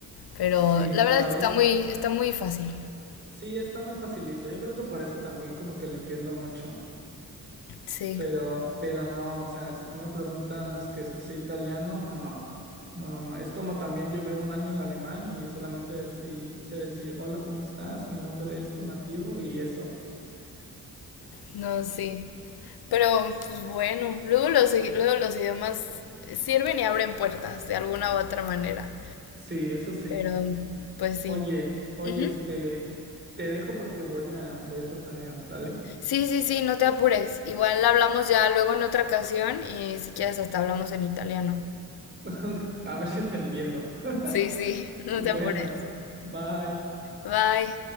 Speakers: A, on the left; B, on the right.
A: pero
B: Sí,
A: la
B: o
A: verdad
B: a
A: es que
B: veces
A: está muy, está muy fácil.
B: Sí, está muy facilito. Yo creo que por eso también como que lo entiendo mucho.
A: Sí,
B: Pero, pero no, o sea, si tú me preguntas que si soy italiano, no. No, no. no. Es como también llevé un año de alemán y solamente decí- sé decir, hola, ¿cómo estás? Mi nombre es tu nativo y eso.
A: no, sí. Pero, pues bueno, luego los, i- luego los idiomas sirven y abren puertas de alguna u otra manera.
B: Sí, eso sí.
A: Pero, pues sí.
B: Oye, oye,
A: Ujú.
B: este, te dejo porque voy a, voy a hacer tarea, ¿sale?
A: Sí, sí, sí, no te apures. Igual hablamos ya luego en otra ocasión y si quieres hasta hablamos en italiano.
B: <laughs> A ver si te entiendo. <laughs>
A: Sí, sí, <laughs> no
B: Bueno,
A: te apures.
B: bye.
A: Bye.